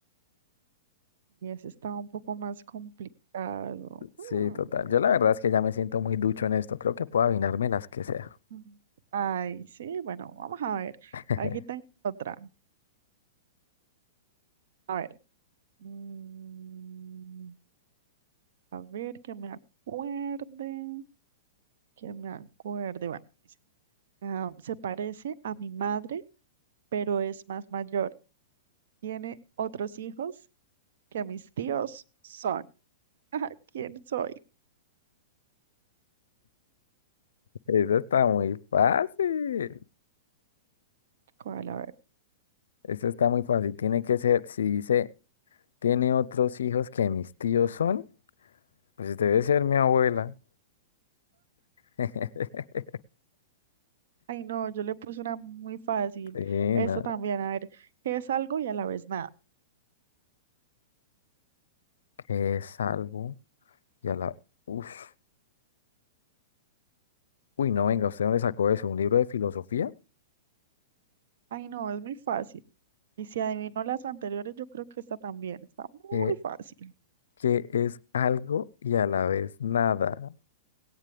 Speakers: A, on the right; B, on the left.
A: Y ese está un poco más complicado. Mm,
B: Sí, total. Yo la verdad es que ya me siento muy ducho en esto. Creo que puedo adivinarme las que sea.
A: mm. Ay, sí, bueno, vamos a ver.
B: <laughs>
A: Aquí tengo otra. A ver. mm, a ver, que me acuerde. Que me acuerde. Bueno, dice, ah, se parece a mi madre pero es más mayor. Tiene otros hijos que a mis tíos son. <laughs> Ajá, ¿Quién soy?
B: Eso está muy fácil.
A: ¿Cuál? A ver.
B: Eso está muy fácil. Tiene que ser, si dice, tiene otros hijos que mis tíos son, pues debe ser mi abuela. <laughs>
A: Ay, no, yo le puse una muy fácil.
B: Sí,
A: Esta
B: no,
A: también, a ver, ¿qué es algo y a la vez nada?
B: que es algo y a la... Uf. Uy, no, venga, ¿usted dónde sacó eso? ¿Un libro de filosofía?
A: Ay, no, es muy fácil. Y si adivinó las anteriores, yo creo que esta también está muy
B: Que,
A: fácil.
B: que es algo y a la vez nada.